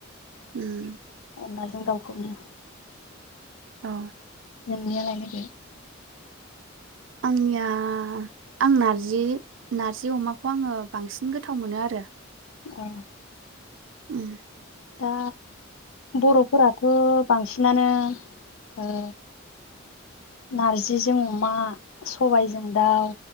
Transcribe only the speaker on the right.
उम।
अ।
आंनिया आं नारजि नारजि अमाखौ आङो बांसिन गोथाव मोनो आरो।
उम।